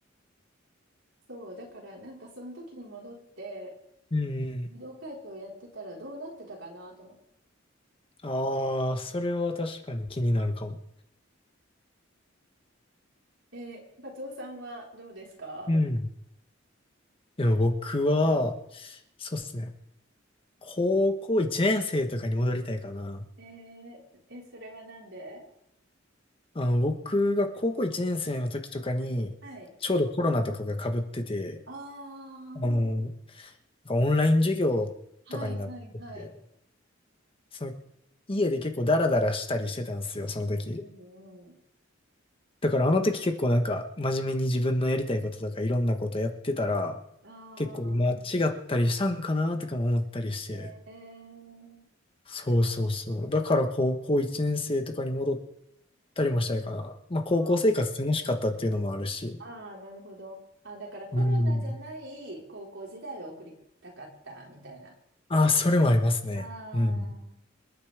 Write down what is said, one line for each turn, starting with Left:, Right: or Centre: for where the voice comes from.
Right: そう、だから、なんか、その時に戻って、
Left: うん
Right: 武道会長やってたらどうなってたかなと思って。
Left: ああ、それは確かに気になるかも。
Right: えー、カツオさんはどうですか
Left: うん。でも僕は、そうっすね。高校1年生とかに戻りたいかな。
Right: えー、え、それはなんで
Left: あの、僕が高校1年生の時とかに、
Right: はい。
Left: ちょうどコロナとかが被ってて、
Right: あ
Left: あの、
Right: あ、
Left: なんかオンライン授業とかになってて、
Right: はいはいはい。
Left: その、家で結構ダラダラしたりしてたんですよ、その時。
Right: うんうんうん。
Left: だからあの時結構なんか、真面目に自分のやりたいこととかいろんなことやってたら、
Right: ああ。
Left: 結構間違ったりしたんかなとかも思ったりして。
Right: えー、
Left: そうそうそう。だから高校1年生とかに戻ったりもしたいかな。まあ高校生活楽しかったっていうのもあるし。
Right: あーああ、なるほど。あ、だからコロナじゃない高校時代を送りたかったみたいな。
Left: うん。あ、それもありますね。
Right: ああ、
Left: うん。